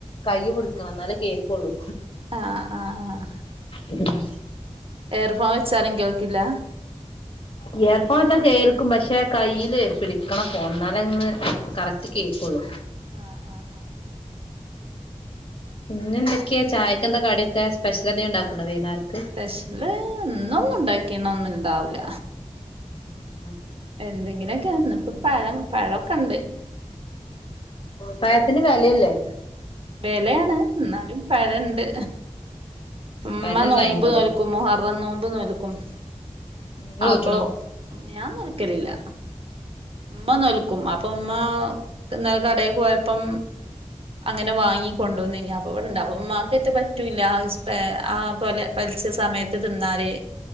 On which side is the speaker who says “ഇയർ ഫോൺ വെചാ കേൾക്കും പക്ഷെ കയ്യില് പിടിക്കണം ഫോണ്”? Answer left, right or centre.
Left